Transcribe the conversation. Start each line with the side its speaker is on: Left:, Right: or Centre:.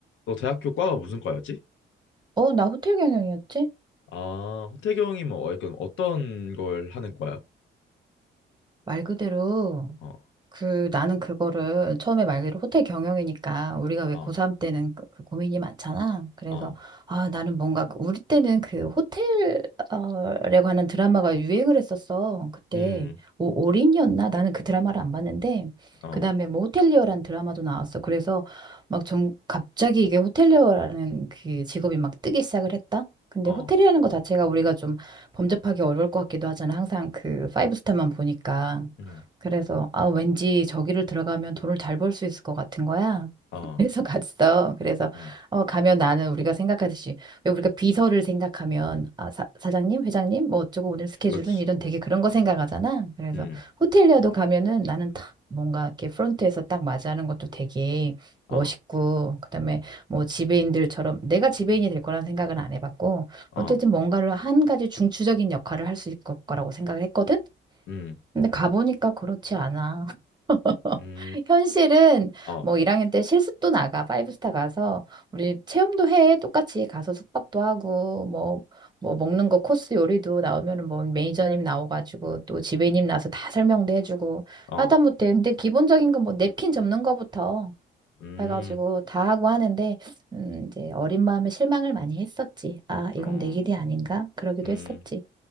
Left: 너 대학교 과가 무슨 과였지?
Right: 어, 나 호텔 경영이었지?
Left: 아, 호태경이 뭐 어, 약간 어떤 걸 하는 과야?
Right: 말 그대로,
Left: 어,
Right: 그 나는 그거를 처음에 말 그대로 호텔 경영이니까 우리가 왜
Left: 어,
Right: 고3 때는 그, 그 고민이 많잖아. 그래서
Left: 어,
Right: 아 나는 뭔가 그- 우리 때는 그 호텔에 관한 드라마가 유행을 했었어. 그때
Left: 음,
Right: 오, 올인이었나? 나는 그 드라마를 안 봤는데
Left: 어,
Right: 그다음에 뭐 호텔리어라는 드라마도 나왔어. 그래서 막 전 갑자기 이게 호텔리어라는 그 직업이 막 뜨기 시작을 했다. 근데
Left: 어,
Right: 호텔이라는 거 자체가 우리가 좀 범접하기 어려울 것 같기도 하잖아. 항상 그 파이브 스타만 보니까.
Left: 음,
Right: 그래서 아 왠지 저기를 들어가면 돈을 잘 벌 수 있을 것 같은 거야.
Left: 어,
Right: <laughs> 그래서 갔어. 그래서
Left: 음,
Right: 어 가면 나는 우리가 생각하듯이 왜 우리가 비서를 생각하면 아 사, 사장님, 회장님 뭐 어쩌고 오늘 스케줄은
Left: 그렇지,
Right: 이런 되게 그런 거 생각하잖아. 그래서
Left: 음,
Right: 호텔리아도 가면은 나는 딱 뭔가 이렇게 프론트에서 딱 맞이하는 것도 되게
Left: 어,
Right: 멋있고 그다음에 뭐 지배인들처럼 내가 지배인이 될 거라는 생각은 안 해봤고
Left: 어,
Right: 어쨌든 뭔가를 한 가지 중추적인 역할을 할 수 있을 거라고 생각을 했거든.
Left: 음,
Right: 근데 가보니까 그렇지 않아. <laughs>
Left: 음,
Right: 현실은
Left: 어,
Right: 뭐 1학년 때 실습도 나가, 파이브스타 가서 우리 체험도 해. 똑같이 가서 숙박도 하고 뭐 뭐 먹는 거 코스 요리도 나오면은 뭐 매니저님 나와가지고 또 지배님 나서 다 설명도 해주고
Left: 어,
Right: 하다못해 근데 기본적인 건 뭐 냅킨 접는 거부터
Left: 음,
Right: 해가지고 다 하고 하는데 음 이제 어린 마음에 실망을 많이 했었지. 아 이건
Left: 어,
Right: 내 길이 아닌가? 그러기도
Left: 음,
Right: 했었지.